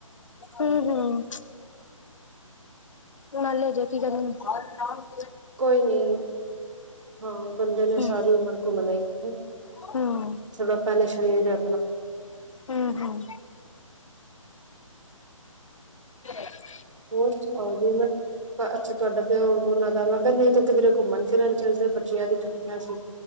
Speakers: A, on the left (about 65°); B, on the right (about 60°).
A: ਹੂੰ-ਹੂੰ <inaudible> ਨਾਲੇ ਅਜੇ <unintelligible>
B: ਕੋਈ ਨੀ ਹਾਂ ਬੰਦੇ ਨੇ
A: ਹੂੰ,
B: ਸਾਰੀ ਉਮਰ ਘੁੰਮ ਲਈ ਹੈ
A: ਹੂੰ,
B: ਸਾਡਾ ਪਹਿਲੇ ਸਰੀਰ ਹੈ।
A: ਹੂੰ-ਹੂੰ <inaudible> <inaudible>
B: ਹੋਰ ਸੁਣਾਓ ਜੀ ਮੈਂ ਅੱਛਾ ਤੁਹਾਡਾ ਤੇ ਉਹਨਾਂ ਦਾ ਮੈਂ ਕਿਹਾ ਨਹੀਂ ਤੂੰ ਕਿਧਰੇ ਘੁੰਮਣ ਫਿਰਨ ਚਲਦੇ ਬੱਚਿਆਂ ਦੀ ਛੁੱਟੀਆਂ ਸੀ